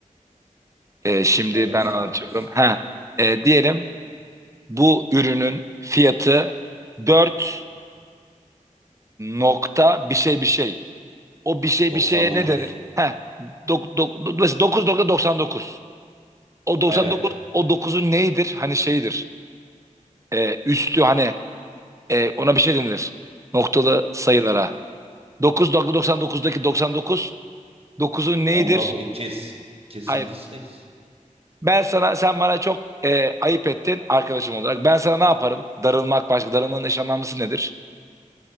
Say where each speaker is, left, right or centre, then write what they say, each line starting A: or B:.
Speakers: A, on the right; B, on the right.
A: E, şimdi
B: Evet
A: ben
B: Stardust.
A: anlatıyorum. ha e, diyelim bu ürünün fiyatı 4 nokta bir şey bir şey. o bir şey
B: 99.
A: bir şeye ne denir? Heh, dok, dok, do- mesela dokuz. nokta doksan dokuz. O doksan
B: Evet.
A: dokuz o dokuzun neyidir? Hani şeydir. E, üstü hani e, ona bir şey denir. Noktalı sayılara. Dokuz nokta doksan dokuzdaki doksan dokuz dokuzun neyidir?
B: Ondalı kes kesildi
A: Hayır.
B: ses.
A: Ben sana sen bana çok e, ayıp ettin arkadaşım olarak. Ben sana ne yaparım? Darılmak başka. Darılmanın eş anlamlısı nedir?